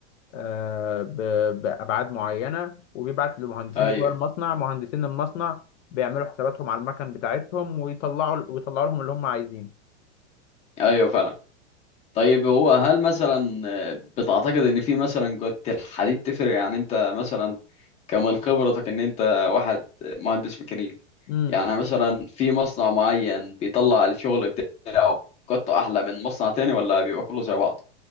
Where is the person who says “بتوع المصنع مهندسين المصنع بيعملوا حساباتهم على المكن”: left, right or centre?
Left